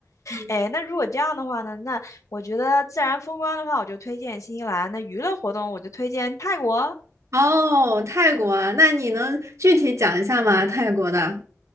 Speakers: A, on the right; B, on the left.
A: <laughs>
B: 哎，那如果这样的话呢，那我觉得自然风光的话，我就推荐新西兰；那娱乐活动我就推荐泰国。
A: 哦，泰国啊那你能具体讲一下吗？泰国的？